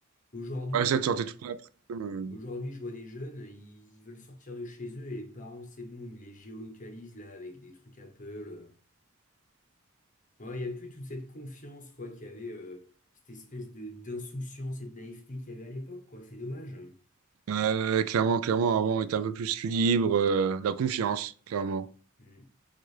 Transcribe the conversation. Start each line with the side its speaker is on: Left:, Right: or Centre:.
Left: Aujourd'hui,
Right: Ouais, ça,
Left: là,
Right: tu sortais toute l'après-midi.
Left: aujourd'hui, je vois des jeunes, ils veulent sortir de chez eux et les parents, c'est bon, ils me les géolocalisent là avec des trucs Apple. euh. Ouais, il n'y a plus toute cette confiance, quoi, qu'il y avait, euh, cette espèce de d'insouciance et de naïveté qu'il y avait à l'époque, quoi, c'est dommage.
Right: Euh, clairement, clairement, avant, on était un peu plus libre, euh, la confiance, clairement.
Left: Mm.